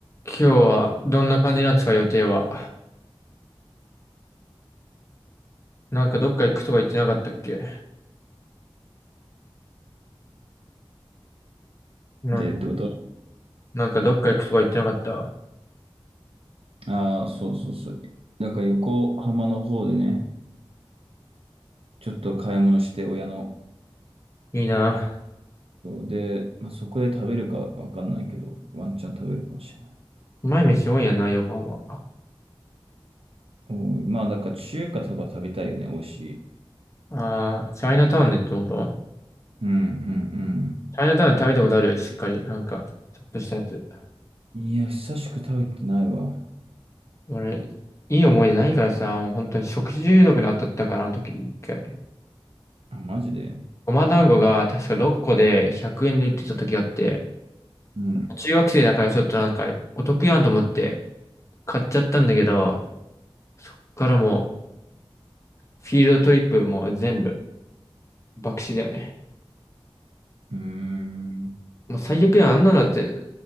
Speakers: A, on the left; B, on the right.
A: 今日はどんな感じなんですか、予定は。なんかどっか行くとか言ってなかったっけなん、
B: ってってこと
A: なんかどっか行くとか言ってなかった。
B: ああー、そうそうそう。だから横浜の方でね、ちょっと買い物して親の。
A: いいな。
B: そうで、まあ、そこで食べるかわかんないけど、ワンチャン食べるかもしれない。
A: うまい飯多いやな、横浜。
B: おい、まあだから中華とか食べたいよね、美味しい。
A: あー、チャイナタウンでってこと
B: うんうん
A: チャイナタウンで食べたことあるしっかり。なんか、ちょっとしたやつ。
B: うん。いや、久しく食べてないわ。
A: 俺、いい思い出ないからさ、もう本当に食中毒で当たったから、あの時、一回。
B: あ、マジで
A: ごま団子が確か6個で100円で売ってた時あって、
B: うん。
A: 中学生だからちょっとなんかお得やんと思って買っちゃったんだけど、そっからもフィールドトリップもう全部、爆死だよね。
B: うーん。
A: もう最悪だよ、あんなのだって、